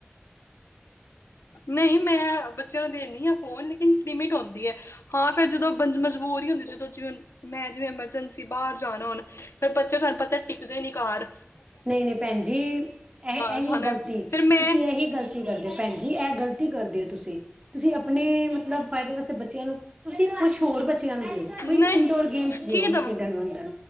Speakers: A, on the left; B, on the right.
A: ਨੲਈ ਮੈਂ ਅ ਬੱਚੇਆਂ ਨੂੰ ਦੇਨੀ ਆਂ। ਫੋਨ <unintelligible> ਲਿਮੀਟ ਹੋਂਦੀ ਏ। ਹਾਂ, ਫੇਰ ਜਦੋਂ ਬੰਜ ਮਜਬੂਰੀ ਹੁੰਦੀ ਜਦੋਂ, ਜਿਵੇਂ ਮੈਂ ਜਿਵੇਂ ਐਮਰਜੈਂਸੀ ਬਾਰ ਜਾਨਾ ਹੋਨਾ ਫੇਰ ਬੱਚੇ ਫੇਰ ਪਤਾ ਟਿੱਕਦੇ ਨੀ ਘਾਰ
B: ਨਈ, ਨਈ ਭੈਜੀਂ ਐ ਐਹੀ
A: ਜਾਣਾ
B: ਗਲਤੀ
A: ਫਿਰ ਮੈਂ
B: ਤੁਸੀ ਐਹੀ ਗਲਤੀ ਕਰਦੇ ਭੈਨ ਜੀ। ਐ ਗਲਤੀ <unintelligible> ਕਰਦੇ ਓ ਤੁਸੀ। ਤੁਸੀ ਆਪਨੇ ਮਤਲਬ ਫਾਇਦੇ ਵਾਸਤੇ ਬੱਚੇਆਂ ਨੂੰ ਤੁਸੀ <unintelligible> <unintelligible>
A: ਨਹੀਂ
B: ਕੋਈ ਇਨ ਡੋਰ ਗੇਮਸ ਦੇਓ
A: ਕੀ
B: ਓਨੂ
A: ਦਵਾਂ
B: ਖੇਡਣ ਨੂ। ਅੰਦਰ